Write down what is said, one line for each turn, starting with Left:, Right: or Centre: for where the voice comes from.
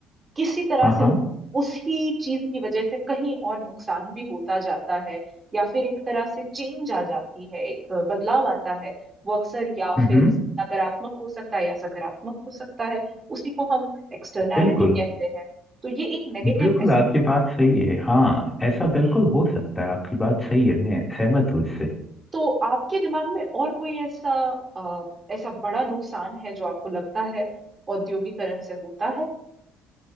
Right: किसी तरह
Left: हाँ
Right: से
Left: हाँ
Right: उसी चीज की वजह से कहीं और नुकसान भी होता जाता है या फिर एक तरह से चेंज आ जाती है एक बदलाव आता है वो अक्सर या
Left: हम्म
Right: फिर
Left: हम्म,
Right: नकारात्मक हो सकता है या सकारात्मक हो सकता है उसी को हम एक्सटर्नैलिटी
Left: बिल्कुल
Right: कहते हैं तो ये एक नेगेटिव
Left: बिल्कुल
Right: एस्पेक्ट।
Left: आपकी बात सही है हाँ ऐसा बिल्कुल हो सकता है आपकी बात सही है मैं सहमत हूँ इससे
Right: तो आपके दिमाग में और कोई ऐसा अ, ऐसा बड़ा नुकसान है जो आपको लगता है औद्योगिकरण से होता है